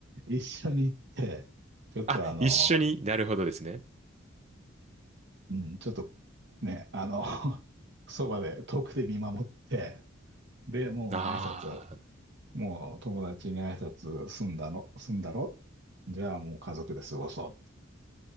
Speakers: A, on the right; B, on the right.
A: 一緒に行って、ちょっとあの、
B: あ、一緒に、なるほどですね。
A: うん、ちょっとね、あの、<laughs> そばで遠くで見守って、で、もう挨拶、
B: あ
A: もう友達に挨拶済んだの、済んだろじゃあもう家族で過ごそう。